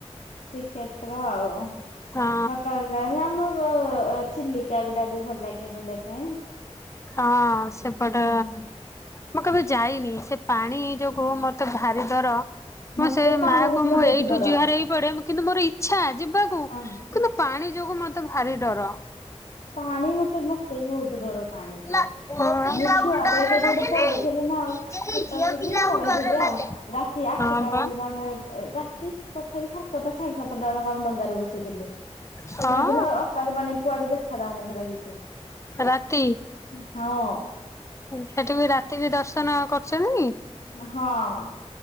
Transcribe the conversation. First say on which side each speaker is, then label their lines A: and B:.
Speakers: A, on the left; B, on the left.
A: ଶ୍ରୀକ୍ଷେତ୍ର ଆଉ।
B: ହଁ।
A: ଆମ ଚିଲିକା ପାଟେ ବି ଭଲ ଲାଗେ ବୁଲିବା ପାଇଁ।
B: ହଁ ସେପଟ
A: ହୁଁ
B: ମୁଁ କେବେ ଯାଇନି ସେ ପାଣି ଯୋଗୁ ମତେ ଭାରି ଡର ମୁଁ
A: ମତେ
B: ସେ
A: ପାଣି
B: ମା
A: ଦେଖିଲେ
B: କୁ ମୁଁ
A: ବହୁତ
B: ଏଇଠୁ
A: ଡର
B: ଯୁହାର ହେଇ ପଡେ କିନ୍ତୁ ମୋର ଇଚ୍ଛା ଯିବାକୁ
A: ପାଣି
B: କିନ୍ତୁ ପାଣି ଯୋଗୁ ମତେ ଭାରି ଡର
A: ପାଣି ମତେ ମତେ ବି ବହୁତ ଡର। ପାଣିକୁ
B: ପୁଅ ପିଲାକୁ
A: ମୁଁ ଛୁଆ
B: ଡର
A: ବେଜେ କେଦି
B: ଲାଗେ
A: ଗୋଟେ ପଳେଇଥିଲି
B: ନାଇଁ
A: ନା ଆଉ,
B: ନିଜେ
A: ଛୋଟ
B: ଝିଅ
A: ଥିଲି
B: ପିଲାକୁ
A: ପଳେଇଥିଲି
B: ଡର ଲାଗେ।
A: ଆଉ। ରାତି ଆଠଟା
B: ହଁ ବା
A: ବେଳୁ ଆମେ ରାତି ତଥାପି ସାତଟା ସାଢେ ସାତଟା ବେଳକୁ ଆମେ ଡଙ୍ଗାରେ ବସେଇଥିଲୁ।
B: ହଁ
A: ଭାବିଲୁ ଅକାତ ପାଣି କୁଆଡେ ଦେଖ ଦେଖାଉନଥିଲା କିଛି।
B: ରାତି।
A: ହଁ।
B: ସେଠ ବି ରାତି ବି ଦର୍ଶନ କରୁଛନ୍ତି?
A: ହଁ